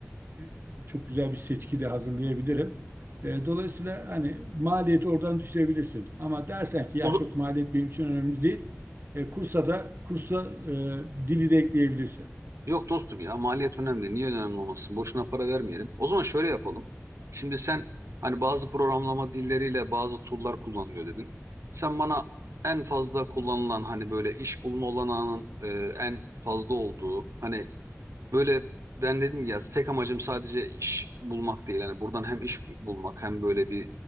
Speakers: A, on the right (about 45°); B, on the right (about 70°).
A: e, çok güzel bir seçki de hazırlayabilirim. E, dolayısıyla hani maliyeti oradan düşürebilirsin. Ama dersen ki ya
B: O,
A: çok maliyet benim için önemli değil. E, kursa da kursa e, dili de ekleyebilirsin.
B: Yok dostum ya maliyet önemli. Niye önemli olmasın? Boşuna para vermeyelim. O zaman şöyle yapalım. Şimdi sen hani bazı programlama dilleriyle bazı tool'lar kullanılıyor dedin. Sen bana en fazla kullanılan hani böyle iş bulma olanağının e, en fazla olduğu hani böyle ben dedim ya tek amacım sadece iş bulmak değil. Hani buradan hem iş bulmak hem böyle bir